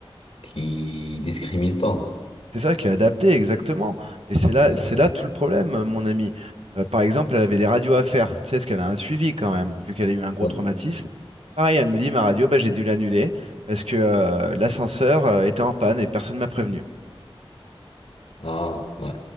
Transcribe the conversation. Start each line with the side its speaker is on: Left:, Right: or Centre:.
Left: qui discrimine pas.
Right: C'est ça qui est adapté, exactement. Et c'est là,
Left: Exactement.
Right: c'est là tout le problème, euh, mon ami. Euh, par exemple, elle avait des radios à faire. Tu sais, parce qu'elle a un suivi quand même, vu qu'elle a eu un gros
Left: Ouais.
Right: traumatisme. Pareil, elle me dit, ma radio, bah, j'ai dû l'annuler parce que euh, l'ascenseur euh, était en panne et personne ne m'a prévenu.
Left: Ah, ouais.